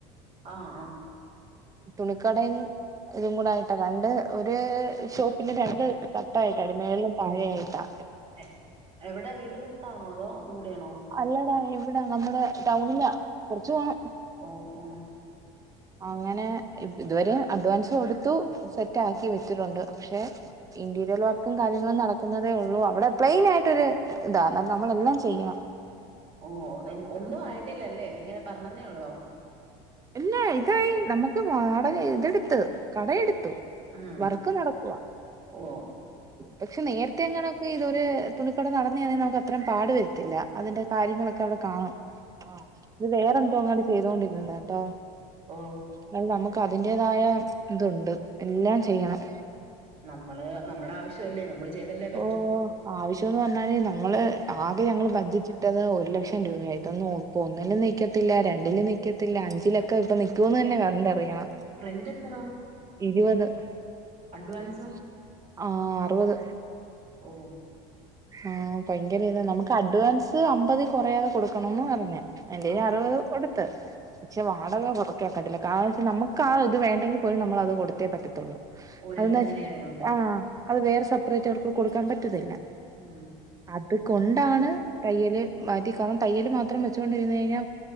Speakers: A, on the right (about 40°); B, on the right (about 20°).
A: ആഹ് ആഹ്
B: തുണിക്കടെം ഇതും കൂടൊയിട്ടാ രണ്ട് ഒര് ഷോപ്പിന് രണ്ട് തട്ടായ്ട്ടാ മേളിലും താഴായിട്ടാ.
A: ഏഹ് എവിടൊ വീടിനെട്ത്താണോ അതോ ദൂരെയാണോ?
B: അല്ലെടാ ഇവിടാ നമ്മുടെ ടൗണിലാ കൊർച് പോണം.
A: ഓഹ്, ഓഹ്
B: അങ്ങെനെ ഇതുവെരെ അഡ്വാൻസ് കൊടുത്തു സെറ്റ് ആക്കി വെച്ചിട്ടുണ്ട് പക്ഷെ ഇന്റീരിയെർ വർക്കും കാര്യങ്ങളും നടക്കുന്നതേ ഒള്ളൂ അവിടെ പ്ലെയിൻ ആയിട്ടൊര് ഇതാ ന്നം നമ്മളെല്ലാം ചെയ്യെണം.
A: ഓഹോ എന്ന് ഒന്നും ആയിട്ടില്ലല്ലേ നീ ഇങ്ങെനെ പർഞ്ഞെന്നെ ഒളളു
B: ഇല്ലാ ഇതായി നമ്മെക്ക് വാടക ഇതെട്ത്ത് കട എടുത്തു.
A: ഉം
B: വർക്ക് നടക്കുവാ.
A: ഓ
B: പക്ഷെ നേര്ത്തെ അങ്ങെനൊക്കെ ഇതൊരു തുണിക്കട നടന്നെണെങ്കിൽ നമുക്ക് അത്രം പാടു വർത്തില്ല അതിന്റെ കാര്യങ്ങളൊക്കെ അവിടെ കാണും. ആഹ് ഇത് വേറെ എന്തോ അങ്ങാട് ചെയ്തൊണ്ടിര്ന്നതാട്ടോ
A: ഓ
B: അത് നമ്മക്ക് അതിന്റെ ഇതായ ഇതുണ്ട് എല്ലാം ചെയ്യണം
A: നമ്മള് നമ്മടെ ആവശ്യല്ലേ നമ്മള് ചെയ്തല്ലേ പറ്റൂ
B: ഓഹ് ആവശോന്ന് പർഞ്ഞാല് ന്നമ്മെള് ആകെ ഞങ്ങള് ബജ്ജ് റ്റ് ഇട്ടെത് ഒര് ലെക്ഷം രൂപയ ഇതൊന്നും ഇപ്പ ഒന്നും ന്നിക്കത്തില്ല രണ്ടിലും ന്നിക്കത്തില്ല അഞ്ച് ക്ക ഇപ്പൊ നിക്കോ ന്നെഞ്ഞെ കണ്ടറിയെണം
A: റെന്റ് എത്ര
B: ഇരുവെത്
A: അഡ്വാൻസോ
B: അഡ്വാൻസൊ ആഹ് അറുവത്
A: ഓ
B: ആഹ് ഭയങ്കര ഇതാ നമുക്ക് അഡ്വാൻസ് അമ്പതിൽ കൊറയാതെ കൊടുക്കണോന്ന് പറഞ്ഞേ എന്റെല്
A: ആഹ്
B: അറുവത് കൊടുത്ത് പക്ഷെ വാടക കൊറക്കാക്കട്ടില്ല കാരണച്ചാ നമ്മുക്ക് ആ ഇത് വേണ്ടെങ്കി പോലും നമ്മളത് കൊടുത്തേ പറ്റത്തൊള്ളൂ
A: ഓ
B: അതെന്നച്ചാ
A: രണ്ട് നിലയായോണ്ട്
B: ആഹ് അത് വേറെ സപ്പ്റേറ്റ് അവർക്ക് കൊടുക്കാൻ പറ്റത്തില്ല
A: ഉം
B: അത് കൊണ്ടാണ് തയ്യല് മാറ്റിക്കണം തയ്യല് മാത്രം വെച്ചോണ്ടിര്ന്ന് കഴിഞ്ഞാ